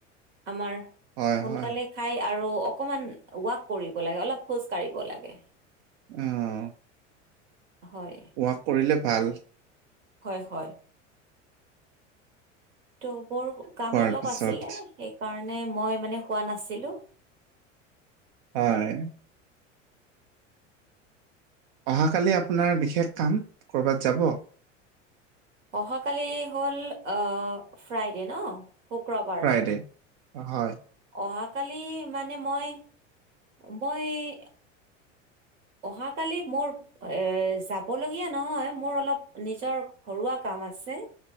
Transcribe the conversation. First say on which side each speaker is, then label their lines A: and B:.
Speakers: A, on the right (about 65°); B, on the right (about 50°).
A: আমাৰ-
B: হয়,
A: সোনকালে
B: হয়,
A: খাই আৰু অকণমান ৱাক কৰিব লাগে অলপ খোজ কাঢ়িব লাগে।
B: অঁ'।
A: হয়।
B: ৱাক কৰিলে ভাল।
A: হয়-হয়। ত' মোৰ কাম
B: খোৱাৰ
A: অলপ
B: পিছত।
A: আছিলে সেই কাৰণে মই মানে শুৱা নাছিলো।
B: হয়। অহাকালি আপোনাৰ বিশেষ কাম, ক'ৰবাত যাব?
A: অহাকালি হ'ল আঁহ' ফ্ৰাইডে ন'। শুক্ৰবাৰ
B: ফ্ৰাইডে, হয়।
A: অহাকালি মানে মই, মই- অহাকালি মোৰ- এ' যাবলগীয়া নহয়, মোৰ অলপ নিজৰ ঘৰুৱা কাম আছে।